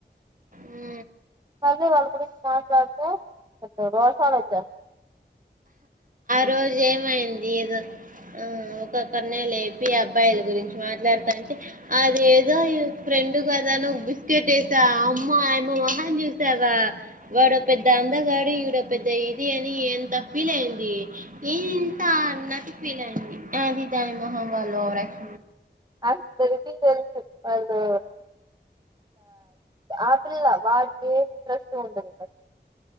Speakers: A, on the right; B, on the right.
A: ఉ
B: అదే వాళ్ళు గురించి మాట్లాడత అ రర్షాలచ్చస్త
A: రోజ ఏమైంది ఏదో ఆ ఒకక్కరి న లేపి అబ్బాయిల గురించి మాట్లాడుతా అంటే అది ఏదో ఈ ఫ్రెండ్ కదా నువ్వు బిస్కెట్ వేసావా అమ్మ ఆయమ మొహని చూసావా వాడో పెద్ద అండగాడు ఈడ పెద్ద ఇది అని ఎంత ఫీల్ అయింది ఇంత అన్నటి ఫీల్ అయింది అది దాని మొహమ్ వాళ్ళుక్ష
B: అసలు తరికి తెలుసు వాళ్ళు ఆపిల్ల వాటికి ఏమి ఇంట్రెస్ట్ ఉంటదు